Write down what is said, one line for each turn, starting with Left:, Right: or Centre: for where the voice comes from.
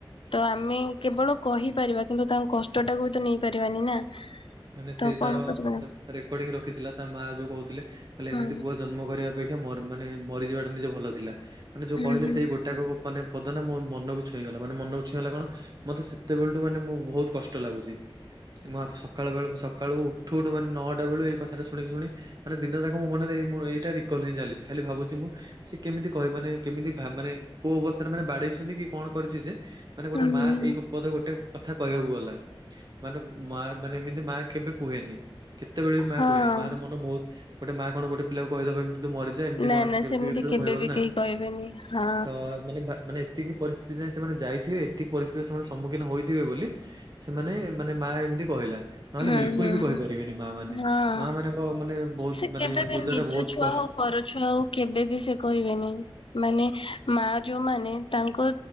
Left: ତ ଆମେ କେବଳ କହିପାରିବା କିନ୍ତୁ ତାଙ୍କ କଷ୍ଟ ଟାକୁ ବି ତ ନେଇପାରିବାନି ନା
Right: ମାନେ ସେ
Left: ତ ଆଉ
Right: ତାର
Left: କଣ କରିବା।
Right: ରେକର୍ଡିଂ ରଖିଥିଲା ତା ମାଆ ଯଉ କହୁଥିଲେ କହିଲେ
Left: ହଁ
Right: ଏମିତି ପୁଅ ଜନ୍ମ କରିବା ଅପେକ୍ଷା ମର୍- ମାନେ ମରିଯିବା ଟା ନିଜେ ଭଲ ଥିଲା ମାନେ ଯଉ
Left: ହୁଁ
Right: କହିଲେ
Left: ହୁଁ ହୁଁ
Right: ସେଇ ଗୋଟ୍ ଟାକୁ ମାନେ ପଦ ନା ମନକୁ ଛୁଇଁ ଗଲା ମାନେ ମନକୁ ଛୁଇଁଗଲା କଣ ମତେ ସେତେବେଳଠୁ ମାନେ ମୁଁ ବହୁତ୍ କଷ୍ଟ ଲାଗୁଚି। ମୁଁ <unintelligible> ସକାଳବେଳକୁ ମୁଁ ସକାଳୁ ଉଠୁ ଉଠୁ ମାନେ ନଅଟା ବେଳୁ ଏଇ କଥାଟା ଶୁଣିଲି- ଶୁଣି ମାନେ ଦିନ ଯାକ ମୋ ମନରେ ଏଇ-ମ-ଏଇଟା ରିକଲ୍ ହେଇ ଚାଲିଚି ଖାଲି ଭାବୁଚି ମୁଁ ସେ କେମିତି କହି ମାନେ କେମିତି ଭା-ମାନେ କଉ ଅବସ୍ଥାରେ ମାନେ ବାଡେଇଛନ୍ତି କି କଣ କରିଚି ଯେ ମାନେ ଗୋଟେ
Left: ହୁଁ
Right: ମା ଏଇ ପଦ ଗୋଟେ କଥା କହିବାକୁ ଗଲା ମାନେ ମା ମାନେ ଏମିତି ମା କେବେ କୁହେନି କେତେବେଳେ ବି ମା
Left: ହଁ।
Right: କୁହେନି ମା ର ମନ ବହୁତ୍ ଗୋଟେ ମା କଣ ଗୋଟ ପିଲା କହିଦବ ଏମିତି ତୁ ମରି ଯା ଏମିତି
Left: ନା
Right: କଣ <unintelligible>
Left: ନା ସେମିତି କେବେ
Right: କହିବନି
Left: ବି
Right: ନା
Left: କେହି କହିବେନି ହଁ
Right: ତ ମାନେ ବା ମାନେ ଏତିକି ପରିସ୍ଥିତି ଯାଏଁ ସେମାନେ ଯାଇଥିବେ ଏତିକି ପରିସ୍ଥିତିର ସେମାନେ ସମ୍ମୁଖୀନ ହୋଇଥିବେ ବୋଲି ସେମାନେ ମାନେ ମା ଏମିତି କହିଲା। ନହେଲେ
Left: ହୁଁ
Right: ବିଲକୁଲ୍
Left: ହୁଁ
Right: ବି କହିପାରିବେନି ମା ମାନେ
Left: ହଁ।
Right: ମା ମାନଙ୍କ ମାନେ ବହୁତ୍
Left: ସେ କେବେ
Right: ମାନେ
Left: ବି
Right: ହୃଦୟ
Left: ନିଜ
Right: ଟା ବହୁତ୍
Left: ଛୁଆ
Right: କଷ୍ଟ୍
Left: ହଉ ପର ଛୁଆକୁ କେବେବି ସେ କହିବେନି। ମାନେ ମା ଯୋଉମାନେ ତାଙ୍କ